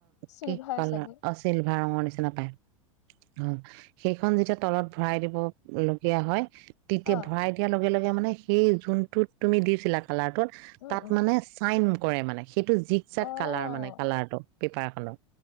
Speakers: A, on the left; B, on the right.
A: চিলভাৰ
B: কি কালাৰ
A: চাগে।
B: আছিল ৰঙা ৰঙৰ নিচিনা পায় অ সেইখন যেতিয়া তলত ভৰাই দিব লগগীয়া হয় তেতিয়া
A: অ
B: ভৰাই দিয়াৰ লগে লগে এয়া মানে সেই যোনটোত তুমি দিছিলা কালাৰটোত
A: উম
B: তাত
A: উম।
B: মানে চাইন কৰে মানে সেইটো জিক
A: অ',
B: যাক কালাৰ মানে কালাৰটো পেপাৰখনৰ